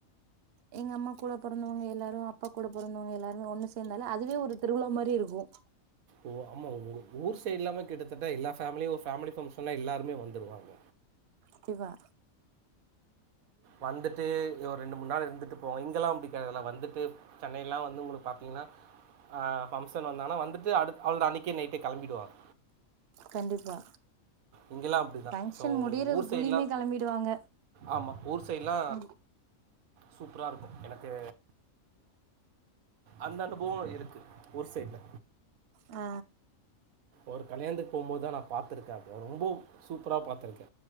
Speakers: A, on the right; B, on the right.
A: எங்க அம்மா கூட பொறந்தவங்க எல்லாரு அப்பா கூட பொறந்தவங்க எல்லாருமே ஒண்ணு சேந்தாலே அதுவே ஒரு திருவிழா மாரி இருக்கு கு
B: ஓ ஆமா ஒரு ஊர் சைடு எல்லாமே கிட்டத்தட்ட எல்லா ஃபேமிலியு ஃபேமிலி ஃபங்ஷன்னா எல்லாருமே வந்துருவாங்க
A: கெவா
B: வந்துட்டு இங்க ரெண்டு மூணு நாள் இருந்துட்டு போவோ இங்கெல்லா அப்டி கெடையாதுல்ல வந்துட்டு சென்னைல்லா வந்து உங்களுக் பாத்திங்னா ஆ பங்க்ஷன் வந்தாங்னா வந்துட்டு அடு அவ்வளதா அன்னைக்கே நைட்டே கெளம்பிடுவாங்க
A: கண்டிப்பா
B: இங்கெல்லாம் அப்படி தான்
A: பங்க்ஷன்
B: ஸோ
A: முடியறதுக்குள்ளியுமே
B: ஊர் சைட்லாம்
A: கெளம்பிடுவாங்க
B: ஆமாம் ஊர் சைடுல்லா
A: ம்
B: சூப்ரா இருக்கு எனக்கு அந்த அனுபுவோ இருக்கு ஊர் சைட்ல
A: அ
B: ஒரு கல்யாணத்துக்கு போகும்போதுதா நா பாத்துருக்க அத ரொம்போ சூப்ரா பாத்துருக்க